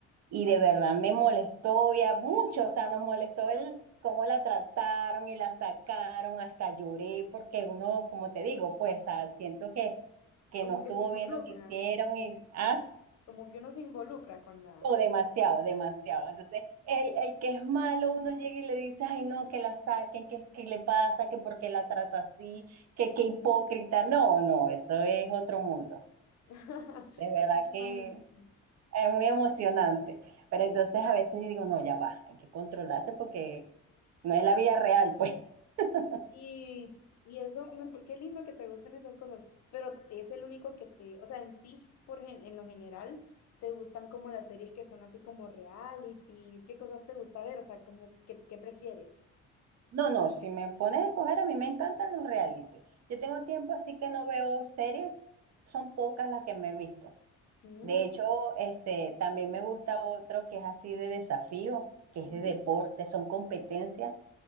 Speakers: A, on the right; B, on the left.
A: y de verdad me molestó y a muchos, o sea, nos molestó el cómo la trataron y la sacaron, hasta lloré porque uno, como te digo, pues ah, siento que, que
B: Como
A: no
B: que
A: estuvo
B: se involucra,
A: bien lo que hicieron y, ah.
B: como que uno se involucra con la...
A: O demasiado, demasiado. Entonces, el, el que es malo, uno llega y le dice, ay, no, que la saquen, que, que le pasa, que por qué la trata así, que qué hipócrita. No, no, eso es otro mundo.
B: <laughs>
A: De verdad
B: Sí, me imagino.
A: que es muy emocionante. Pero entonces a veces yo digo, no, ya va, hay que controlarse porque no es la vida real, pues. <laughs>
B: Y, y eso, me- por- qué lindo que te gusten esas cosas, pero es el único que te, o sea, en sí, por gen- en lo general, te gustan como las series que son así como realities, qué cosas te gusta ver, o sea, como, ¿qué, qué prefieres?
A: No, no, si me pones a escoger, a mí me encantan los reality. Yo tengo tiempo así que no veo series, son pocas las que me he visto.
B: Mm,
A: De hecho, este, también me gusta otro que es así de desafío, que es
B: ujú.
A: de deporte, son competencias